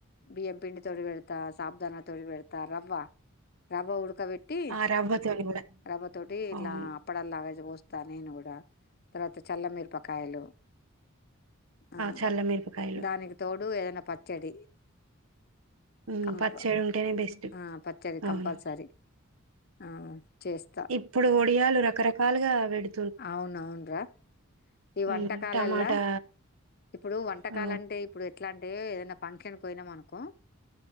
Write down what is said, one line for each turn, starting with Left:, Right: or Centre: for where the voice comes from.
Left: బియ్యం పిండి తొటి పెడతా సాబు దానా తొటి వెడతా రవ్వ రవ్వ ఉడు డుక పెట్టి
Right: ఆ రవ్వతోని కూడా
Left: రవ్వ తోటి ఇట్ల
Right: అవును
Left: అప్పడలాగా పోస్తా నేను కూడా తర్వాత చల్ల మిరపకాయలు ఆ
Right: చల్ల మిరపకాయలు
Left: దానికి తోడు ఏదైనా పచ్చడి
Right: హ్
Left: కంప
Right: పచ్చడి ఉంటేనే బెస్ట్
Left: ఆ పచ్చడి
Right: అవును
Left: కంపల్సరీ ఆ చేస్తా
Right: ఇప్పుడు ఒడియాలు రకరకాలుగా పెడు
Left: అవునవును రా ఈ వంటకాలల్ల
Right: ఉమ్ టమాటా
Left: ఇప్పుడు వంటకాలు
Right: ఆ
Left: అంటే ఇప్పుడు ఎట్లా అంటే ఏదన్నా ఫంక్షన్కు పోయినమనకో